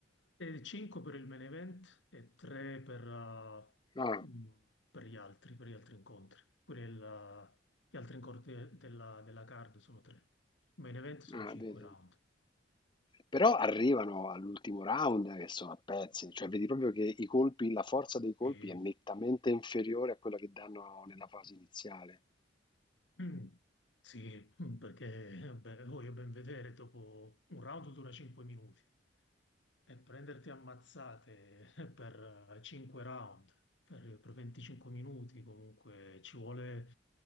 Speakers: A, on the left; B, on the left.
A: 5 per il main event e 3 per, uh,
B: Ah,
A: mm, per gli altri, per gli altri incontri. Pure il, uh, gli altri incontri della, della card sono 3. Main event sono
B: ah,
A: 5
B: vedi.
A: round.
B: Però arrivano all'ultimo round eh, che sono a pezzi, cioè vedi proprio che i colpi, la forza dei colpi
A: Sì.
B: è nettamente inferiore a quella che danno nella fase iniziale.
A: Mm, sì, mm, perché beh, voglio ben vedere dopo un round dura 5 minuti e prenderti ammazzate <laughs> eh, per 5 round, per, per 25 minuti comunque ci vuole,